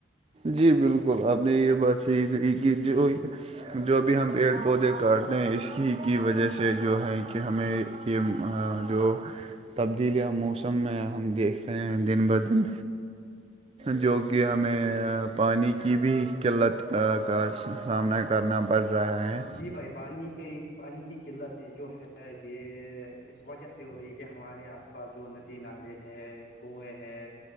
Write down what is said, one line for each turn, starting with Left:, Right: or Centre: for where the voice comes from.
Right: جی بالکل بالکل آپ نے یہ بات صحیح کہی جو جو بھی ہم پیڑ پودے کاٹتے ہیں اس کی کی وجہ سے جو ہے کہ ہمیں کہ جو تبدیلیاں موسم موسم میں ہم دیکھ رہے ہیں دن بہ دن جو کہ ہمیں پانی کی بھی قلت کا سامنا کرنا پڑ رہا ہے
Left: جی بھائی پانی کے بانی کی قلت جو ہے یہ اس وجہ سے ہو رہی ہے کہ ہمارے آس پا بعس جو ندی نالے ہے کنویں ہے